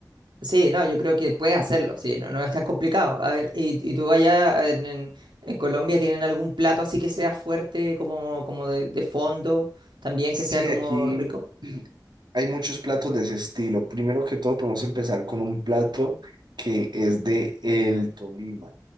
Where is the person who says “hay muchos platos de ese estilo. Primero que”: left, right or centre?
Right